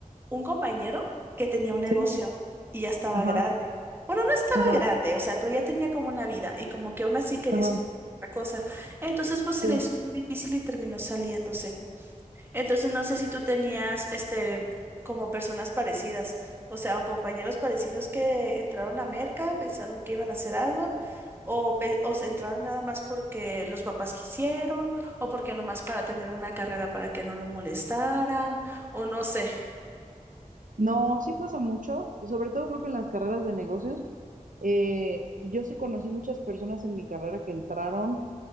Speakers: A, on the right (about 15°); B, on the right (about 70°).
A: un compañero que tenía un negocio
B: sí,
A: y ya estaba
B: ajá.
A: grande. Bueno, no estaba
B: Ajá,
A: grande, o sea, pero ya tenía como una vida y como que aún así quería
B: ajá,
A: estudiar otra cosa. Entonces, pues se
B: sí.
A: le hizo muy difícil y terminó saliéndose. Entonces no sé si tú tenías este como personas parecidas, o sea, o compañeros parecidos que entraron a Merca, pensaron que iban a hacer algo, o, pe- o se entraron nada más porque los papás quisieron, o porque nomás para tener una carrera para que no lo molestaran, o no sé.
B: No, sí pasa mucho, sobre todo creo que en las carreras de negocios. Eh, yo sí conocí muchas personas en mi carrera que entraron,